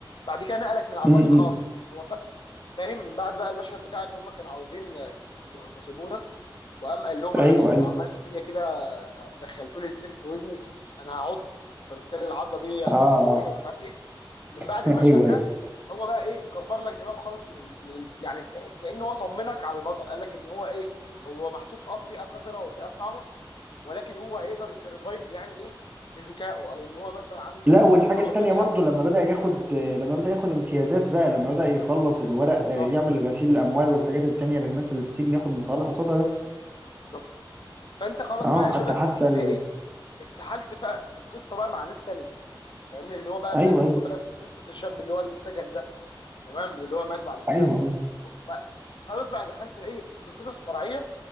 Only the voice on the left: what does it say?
بعد كده نقلك من على
البطل خالص هو فا- فاهم من بعد بقى المشهد بتاع ان هم كانوا عاوزين آه، يغتصبونا وقام قال لهم
انا لو
عملتوا فيا كده آه، دخلتوا لي السلك في ودني انا هعض فبالتالي العضه دي هتبقى
قويه ومش عارف ايه من
بعد المشهد
ده هو بقى ايه كبر لك دماغه خالص من ال... من ال... يعني ت- كأنه هو طمنك على البطل قال لك ان هو ايه هو محطوط اه في بيئه قذره وبيئه صعبه ولكن هو هيقدر يسرفايف يعني ايه بذكائه او ان هو مثلا عنده
سرعه
بديهه
وكده
بالظبط
بالظبط فانت خلاص
بقى
شبه
شبه
ايه اتسحلت في, في القصه بقى مع ناس تانية فاهمني اللي هو بقى
بدات تدخل
بقى في قصه الشاب اللي هو اللي اتسجن ده تمام واللي هو مات بعد كده
وبقى خلاص بقى دخلت بقى ايه في قصص فرعيه